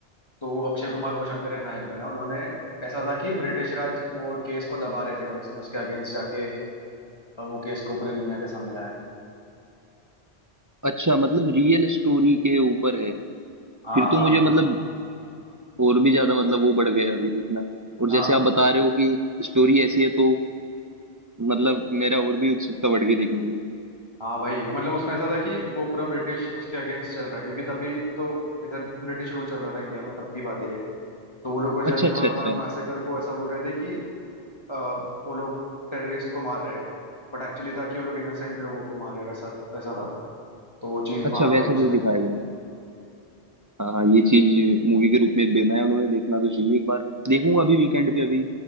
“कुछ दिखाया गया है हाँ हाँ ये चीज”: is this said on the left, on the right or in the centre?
Right